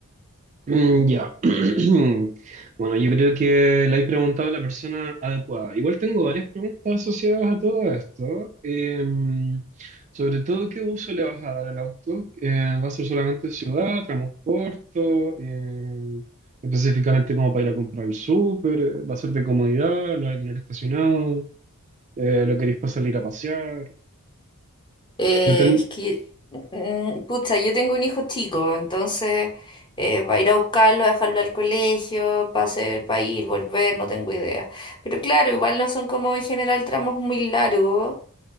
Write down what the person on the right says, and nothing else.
Mm, Ya. <clears throat> Bueno, yo creo que le he preguntado a la persona adecuada. Igual tengo varias preguntas asociadas a todo esto. Em, sobre todo, ¿qué uso le vas a dar al auto? Eh, ¿va a ser solamente ciudad, transporte? eh, específicamente como para ir a comprar el súper. eh, ¿Va a ser de comodidad? ¿Lo vais a tener estacionado? Eh, ¿lo queréis para salir a pasear?
Depende.